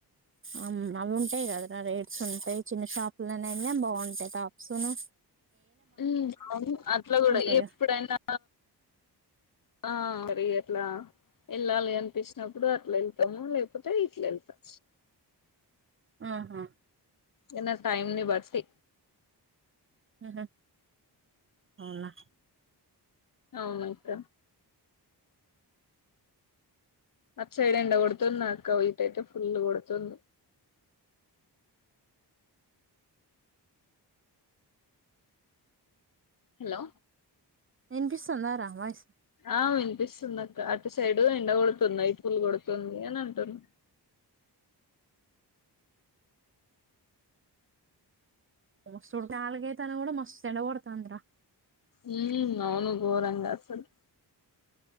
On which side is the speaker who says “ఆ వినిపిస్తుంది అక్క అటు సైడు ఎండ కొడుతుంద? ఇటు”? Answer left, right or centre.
Left